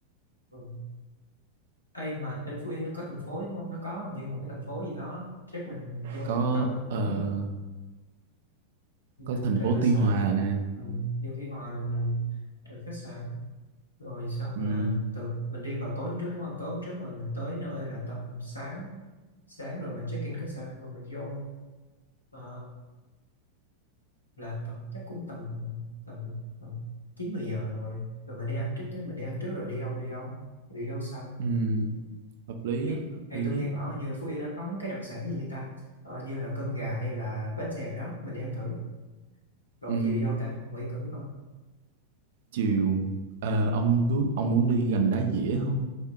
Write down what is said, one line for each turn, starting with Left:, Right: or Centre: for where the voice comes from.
Left: ừ. Ê, mà trên Phú Yên nó có thành phố đúng không? Nó có như một cái thành phố gì đó. Chắc mình vô
Right: có
Left: trung tâm thành phố
Right: ờ,
Left: mình mình
Right: có thành
Left: thuê
Right: phố
Left: khách
Right: Tuy
Left: sạn,
Right: Hòa nè
Left: ừ. Vô Tuy Hòa rồi mình thuê khách sạn. Rồi xong
Right: ừ.
Left: là từ mình đi vào tối hôm trước đúng không? Tối hôm trước rồi mình tới nơi là tầm sáng. Sáng rồi mình check in khách sạn rồi mình vô ờ, là tầm chắc cũng tầm tầm, tầm 9 10 giờ rồi. Rồi mình đi ăn trước chứ mình đi ăn trước rồi đi đâu đi đâu. Đi đâu sau?
Right: Ừ, hợp lý
Left: Thì,
Right: á, hợp
Left: thì
Right: lý
Left: tôi nghe
Right: á.
Left: bảo là như là Phú Yên nó có mấy cái đặc sản gì như ta ờ, như là cơm gà hay là bánh xèo đó mình đi ăn thử rồi
Right: Ừ,
Left: chiều đi đâu ta Nguyễn Cửu không
Right: chiều ờ, ông bước ông muốn đi gành đá dĩa không?